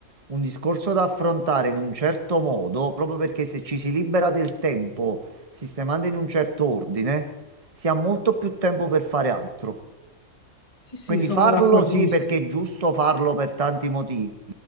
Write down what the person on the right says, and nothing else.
un discorso da affrontare in un certo modo, proprio perché se ci si libera del tempo sistemando in un certo ordine, si ha molto più tempo per fare altro.
Quindi
farlo
sì, perché è giusto farlo per tanti motivi,